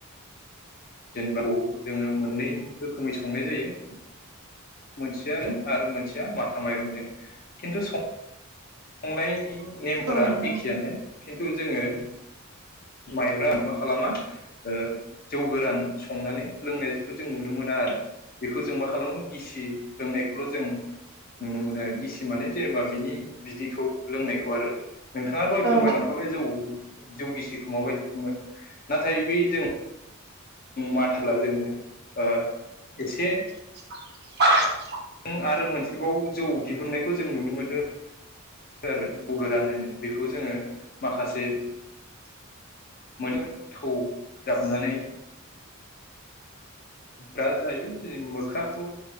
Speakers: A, on the left; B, on the right.
A: जेनेबा <inaudible> जोङो मोननै रोखोमै संनाय जायो मोनसेया <inaudible> आरो मोनसेया माथा माइरंजों खिन्थु संनाय नेमफोरा
B: औ नोंथां
A: एखेयानो खिन्थु जोङो माइब्रा <inaudible> मा खालामा ओ जौ गोरान संनानै लोंनायखौ जों नुनो मोना आरो बेखौ जों मा खालामो गिसि लोंनायखौल' जों नुनो मोनो आरो गिसि माने जेनेबा बिनि बिदिखौ लोंनायखौ आरो नोंथाङा दहाय
B: औ
A: फोरमायलांखाबाय जौ जौ गिसिखौ माबायदि सङो नाथाय बै जों माथाब्ला जोङो ओ एसे
B: <inaudible>
A: जों आरो मोनसेबाव जौ दिहुननायखौ जों नुनो मोनदों आरो जौ गोरान होनो बेखौ जोङो माखासे मोनो थौ जाबनानै दा जाहैबाय मोख्राखौ